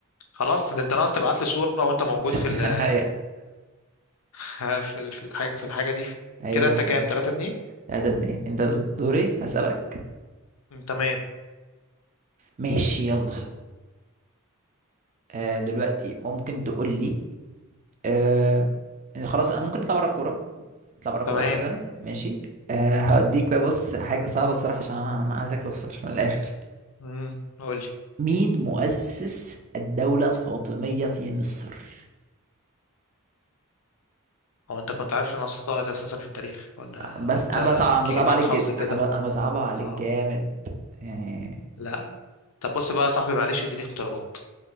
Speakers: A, on the left; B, on the right.
A: خلاص ده انت ناقص تبعت لي صورة وانت موجود
B: <laughs>
A: في ال
B: أيوه
A: <laughs> في ال- في الحاجة في الحاجة دي
B: أيوه
A: كده انت
B: بالظبط
A: كام 3 2
B: 3 2 أنت دوري هسألك
A: تمام
B: ماشي يلا آه، دلوقتي ممكن تقول لي آه، إن خلاص أنا ممكن نطلع بره الكوره نطلع بره الكوره
A: تمام
B: احسن ماشي أه هوديك بقى بص حاجه صعبه الصراحه عشان انا أنا عايزك تخسر من الاخر
A: امم قول لي
B: مين مؤسس الدوله الفاطميه في مصر
A: هو انت كنت عارف ان انا ساقط اساسا في التاريخ ولا
B: بس
A: ولا انت
B: انا بصعب
A: بتيجي
B: انا بصعب
A: معاك
B: عليك
A: حظ
B: جدا
A: كده
B: انا ب... انا بصعبها عليك
A: اه
B: جامد يعني
A: لا طب بص بقى يا صاحبي معلش اديني اختيارات